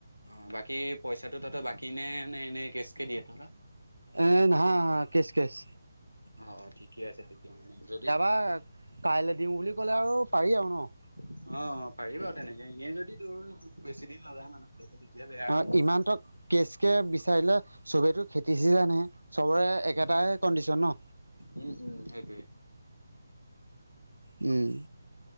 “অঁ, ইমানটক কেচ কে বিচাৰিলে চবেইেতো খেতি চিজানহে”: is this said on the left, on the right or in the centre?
Right